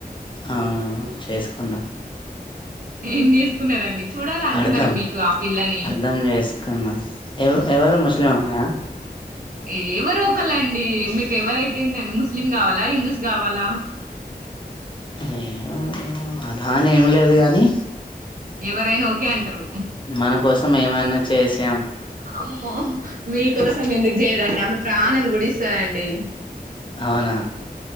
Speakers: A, on the left; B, on the right.
A: అవునవు చేసుకున్నా.
B: ఏం చేసుకున్నారండి చూడాలా అండి
A: అర్ధం
B: మరి మీకు ఆ పిల్లని
A: అర్ధం చేసుకున్నా ఎవ ఎవరు ముస్లిం అమ్మాయి
B: ఏ ఏవరు ఒకలండి మీక ఎవరైతే ఏందండి ముస్లిం కావా ల హిందూస్ గావాల
A: ఏమో అలాని ఏమి లేదు గాని
B: ఎవరైనా ఒకే అంటారు
A: మన కోసం ఏమన్నా చేసి
B: అమ్మో మీకోసం ఎందుకు చేయదు అండి ఆమే ప్రాణం గూడా ఇస్తాది అండి
A: ఆవునా